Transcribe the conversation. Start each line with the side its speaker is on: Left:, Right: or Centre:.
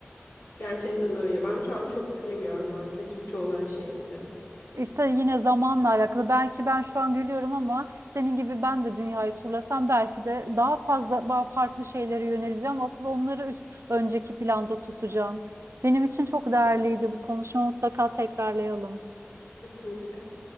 Left: gerçekten öyle. Ben şu an çok gülemiyorum maalesef Türkçe olan şeyleri.
Right: İşte yine zamanla alakalı. Belki ben şu an gülüyorum ama senin gibi ben de dünyayı turlasam belki de daha fazla daha farklı şeylere yöneleceğim. Asıl onları üst önceki planda tutacağım. Benim için çok değerliydi
Left: Evet,
Right: bu konuşma. Mutlaka tekrarlayalım.
Left: kesinlikle.